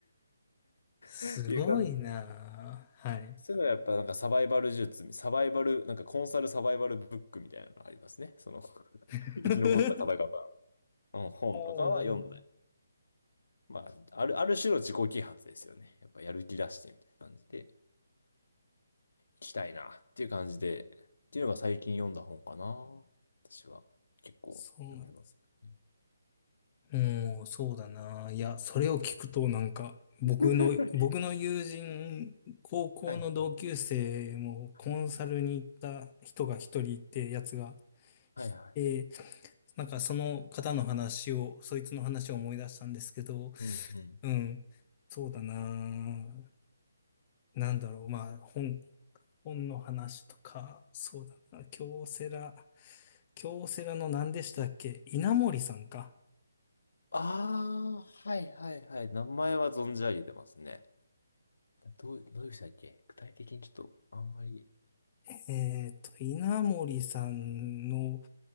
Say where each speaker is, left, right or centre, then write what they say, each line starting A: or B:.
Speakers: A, on the left; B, on the left.
A: すごいなあ。
B: という感じ。
A: はい。
B: そういうのはやっぱなんかサバイバル術、サバイバル、なんかコンサルサバイバルブックみたいなのがありますね。その <laughs>
A: <laughs>
B: 生き残った方々の本とかは読ん
A: おー
B: まあ、ある、ある種の自己啓発ですよね。やっぱやる気出してみたいな感じで、行きたいなっていう感じで、っていうのが最近読んだ本かな。私は結構読みますね。
A: そうなんです。うん、そうだな。いや、それを聞くとなんか、僕の、
B: <laughs>
A: 僕の友人、高校の同級生もコンサルに行った人が一人いて、
B: はい。はい。
A: やつが
B: はいはい。
A: いて、なんかその方の話を、そいつの話を思い出したんですけど、
B: うんうん。
A: うん。そうだな。なんだろう。まあ、本、本の話とか、そうだな。京セラ、京セラの何でしたっけ稲森さんか。
B: うんああ、はいはいはい。名前は存じ上げてますね。どう、どういう人だっけ具体的にちょっと、あんまり、
A: えっと、稲森さんの